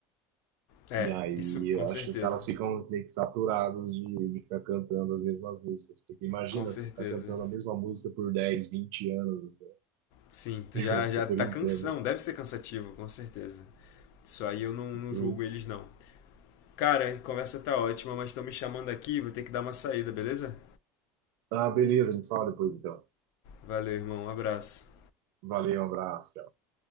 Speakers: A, on the left; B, on the right.
A: É,
B: E aí,
A: isso com
B: eu
A: certeza.
B: acho que os caras ficam meio que saturados de, de ficar cantando as mesmas músicas. Porque imagina
A: Com certeza.
B: você ficar cantando a mesma música por 10 20 anos, assim.
A: Sim,
B: <laughs>
A: tu
B: Eu
A: já,
B: super
A: já tá
B: entendo.
A: cansado. Não, deve ser cansativo, com certeza. Isso aí eu não, não
B: Sim.
A: julgo eles, não. Cara, a conversa tá ótima, mas estão me chamando aqui, vou ter que dar uma saída, beleza?
B: Ah, beleza, a gente fala depois então.
A: Valeu, irmão. Um abraço.
B: Valeu, um abraço, tchau.